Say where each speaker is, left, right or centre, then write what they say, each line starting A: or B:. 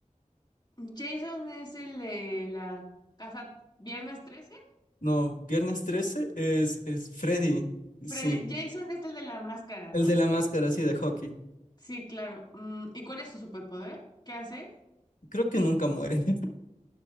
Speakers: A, on the left; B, on the left.
A: Jason es el de la casa Viernes 13.
B: No, Viernes 13 es, es Freddy.
A: Freddy,
B: Sí,
A: Jason es el de la máscara,
B: el
A: ¿no?
B: de la máscara, sí, de hockey.
A: Sí, claro. Mm, ¿y cuál es su superpoder? ¿Qué hace?
B: Creo que nunca muere. <laughs>